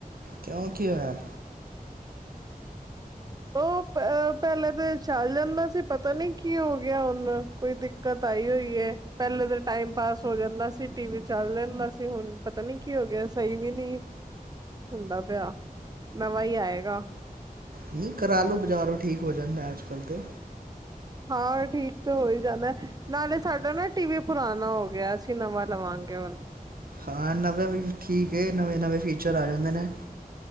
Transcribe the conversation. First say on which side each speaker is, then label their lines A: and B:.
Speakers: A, on the right (about 80°); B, on the right (about 25°).
A: ਕਿਉਂ ਕੀ ਹੋਇਆ?
B: ਉਹ ਪ ਪਹਿਲਾਂ ਤੇ ਚੱਲ ਜਾਂਦਾ ਸੀ ਪਤਾ ਨੀ ਕੀ ਹੋ ਗਿਆ ਹੁਣ ਕੋਈ ਦਿ ਕਤ ਆਈ ਹੋਈ ਏ, ਪਹਿਲੇ ਤਾਂ ਟਾਈਮ ਪਾਸ ਹੋ ਜਾਂਦਾ ਸੀ, ਟੀ ਵੀ ਚੱਲ ਰੈਂਦਾ ਸੀ ਹੁਣ ਪਤਾ ਨੀ ਕੀ ਹੋ ਗਿਆ? ਸਹੀ ਵੀ ਨੀ ਹੁੰਦਾ ਪਿਆ, ਨਵਾਂ ਹੀ ਆਏਗਾ।
A: ਨਹੀਂ, ਕਰਾ ਲਓ ਬਾਜ਼ਾਰੋਂ ਠੀਕ ਹੋ ਜਾਂਦਾ ਅੱਜ ਕੱਲ੍ਹ ਤੇ।
B: ਹਾਂ ਠੀਕ ਤਾਂ ਹੋ ਹੀ ਜਾਂਦਾ, ਨਾਲੇ ਸਾਡਾ ਨਾ ਟੀ ਵੀ ਪੁਰਾਣਾ ਹੋ ਗਿਆ, ਅਸੀਂ ਨਵਾਂ ਲਵਾਂਗੇ ਹੁਣ।
A: ਹਾਂ ਨਵੇਂ ਵੀ ਠੀਕ ਏ, ਨਵੇਂ-ਨਵੇਂ ਫੀਚਰ ਆ ਜਾਂਦੇ ਨੇ।